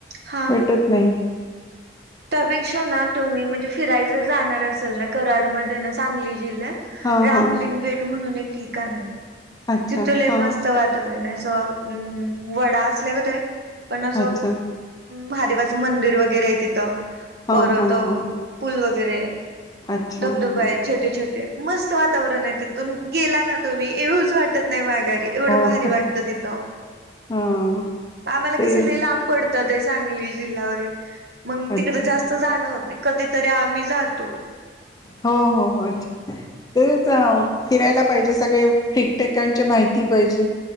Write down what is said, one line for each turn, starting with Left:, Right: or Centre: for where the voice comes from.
Right: हा
Left: भेटत
Right: ना.
Left: नाही-
Right: त्यापेक्षा ना तुम्ही म्हणजे फिरायला जर जाणार असाल ना कराड मध्ये ना सांगली जिल्ह्यात-
Left: हा
Right: रामलिंग
Left: हा
Right: भेट म्हणून एक ठिकाण आहे
Left: अच्छा.
Right: तिथ लई मस्त
Left: हां.
Right: वातावरण आहे. गड असल्या गत आहे पन
Left: अच्छा.
Right: महादेवाच- मंदिर वगैरे आहे तिथं
Left: हां,
Right: परत
Left: हां, हां.
Right: पूल वगैरे-
Left: अच्छा.
Right: धबधबा
Left: हां, हां.
Right: आहेत छोटे छोटे मस्त वातावरण आहे तिथून गेला ना तुम्ही येवू च वाटत नाही. नाही माघारी एवढं
Left: हो
Right: भारी
Left: का?
Right: वाटत तिथ,
Left: हां.
Right: आम्हाला
Left: ते
Right: कस लई लांब पडत- ते सांगली जिल्हा वगैरे मग तिकड
Left: अच्छा.
Right: जास्त जाणं होत नाही कधीतरी आम्ही जातो.
Left: हो हो अच्छा... तेच फिरायला पाहिजे सगळे ठिक ठिकाणची माहिती पाहिजे-